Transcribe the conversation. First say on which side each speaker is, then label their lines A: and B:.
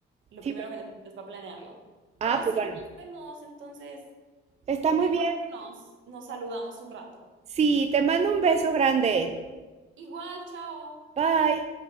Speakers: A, on the right; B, on the right.
A: lo
B: Sí,
A: primero
B: porque-
A: que necesitas para planearlo.
B: Ah,
A: Pero sí,
B: pues bueno.
A: nos vemos, entonces,
B: Está muy
A: qué
B: bien.
A: bueno que nos, nos saludamos un rato.
B: Sí, te mando un beso grande.
A: Igual, chao.
B: Bye.